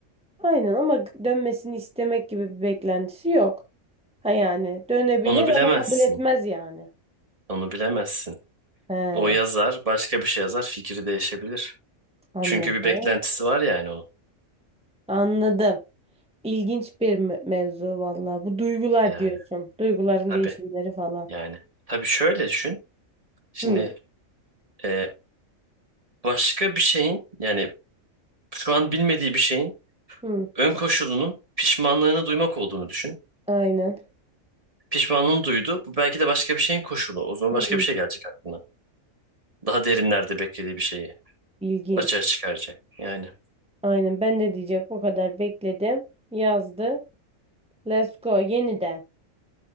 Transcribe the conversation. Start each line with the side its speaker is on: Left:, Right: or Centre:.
Centre: Aynen ama dönmesini istemek gibi bir beklentisi yok. Ha yani dönebilir
Right: Onu bilemezsin.
Centre: ama kabul etmez yani.
Right: Onu bilemezsin.
Centre: He,
Right: O yazar başka bir şey yazar fikri değişebilir.
Centre: anladım.
Right: Çünkü bir beklentisi var yani onun.
Centre: Anladım. İlginç bir me- mevzu vallahi. Bu duygular
Right: Yani
Centre: diyorsun. Duyguların
Right: tabii
Centre: değişimleri falan.
Right: yani. Tabii şöyle düşün. Şimdi
Centre: Hı,
Right: e, başka bir şeyin yani şu an bilmediği bir şeyin
Centre: hı.
Right: ön koşulunun pişmanlığını duymak olduğunu düşün.
Centre: Aynen.
Right: Pişmanlığını duydu. Bu belki de başka bir şeyin koşulu. O zaman
Centre: Hmm,
Right: başka bir şey gelecek aklına. Daha derinlerde beklediği bir şeyi
Centre: ilginç.
Right: açığa çıkaracak. Yani
Centre: Aynen ben de diyecek bu kadar bekledim. Yazdı. Let's go yeniden.